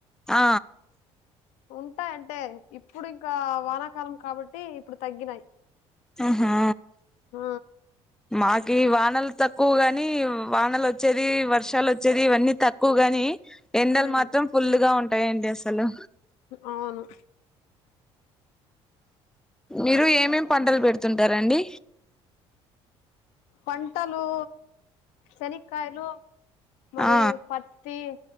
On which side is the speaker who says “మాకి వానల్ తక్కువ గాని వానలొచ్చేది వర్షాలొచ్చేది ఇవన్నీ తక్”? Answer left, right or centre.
Centre